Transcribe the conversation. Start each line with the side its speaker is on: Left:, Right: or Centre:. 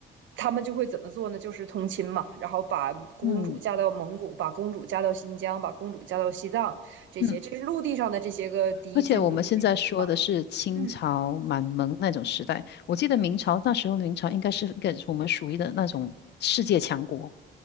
Right: 他们就会怎么做呢？就是通亲嘛，然后把公主嫁到蒙古，
Left: 嗯
Right: 把公主嫁到新疆，把公主嫁到西藏，这些这是陆地上的这些个敌军都解决掉。
Left: 嗯而且我们现在说的是清朝满蒙那种时代，
Right: 嗯，
Left: 我记得明朝那时候，明朝应该是跟我们属于的那种世界强国。